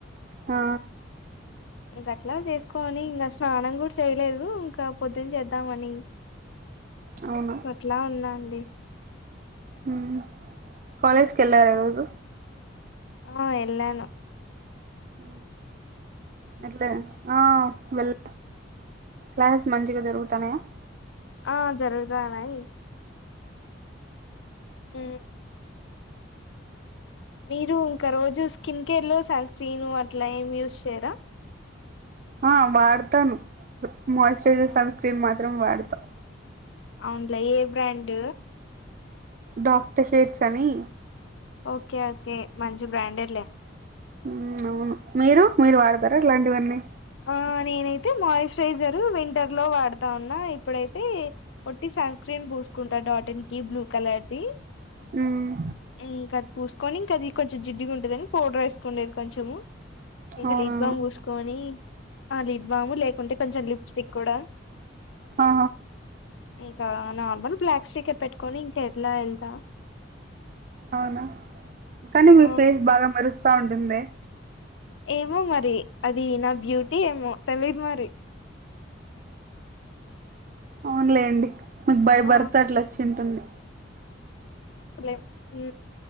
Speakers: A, on the right (about 45°); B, on the left (about 70°).
A: ఆ
B: ఇంక అట్లా చేసుకోవని ఇంకా స్నానం కూడా చేయలేదు ఇంకా పొద్దున చేద్దామని
A: అవును
B: అట్లా ఉన్నా అండి
A: మ్ కాలేజ్కి వెళ్లారా ఏ రోజు
B: ఆ ఎల్లాను
A: అ అట్లె ఆ వెళ్ క్లాసెస్ మంచిగా జరుగుతన్నాయా
B: ఆ జరుగుతాన్నాయి మ్ మీరు ఇంకా రోజు స్కిన్ కేర్ లో సన్ స్క్రీను అట్లా ఏం యూజ్ చేయరా
A: ఆ వాడతాను మాయి్చరైజర్
B: ఆ
A: సన్స్క్రీన్ మత్ర చిత్రం వాడతాం
B: అవునులే ఏ బ్రాండ్
A: డాక్టర్ హేర్చాని
B: ఓకే ఓకే మంచి బ్రాండ్ ఎ లె
A: మ్ అవును మీరు మీరు వాడత ర ఇట్లాంటివన్నీ
B: ఆ నేనైతే మాయిశ్చరైజర్ వింటర్ లో వాడతా ఉన్నా ఇప్పుడైతే ఒట్టి సన్ స్క్రీన్ పూసుకుంటా డాటిన్ కి బ్లూ కలర్ కది
A: మ్మ్
B: మ్ ఇకది పూస్ తీసుకొని ఇంకా అది కొంచెం జిడ్డిగా ఉంటుదని పౌడర్ వేసుకునేది కొంచము ఇంక
A: అవునా
B: లిబ్బామ్ గుస్క అని ఆ లిబ్బాము లేకుంటే కొంచెం లిప్స్టిక్ కూడా
A: ఆ
B: ఇంకా నార్మల్ బ్లాక్ స్టికె పెట్టుకొని ఇంకా ఎట్లా వెళ్తా
A: అవునా కానీ మీ
B: ఆ
A: ఫేస్ బాగా మరుస్తుంది వస్తా ఉంటుంది
B: ఏమో మరి అది నా బ్యూటీ ఏమో తెలియదు మరి
A: అవున్లే అండి మీకు బై
B: ఆ
A: బర్త్ అట్లా వచ్చి ఉంటుంది
B: లే ఊ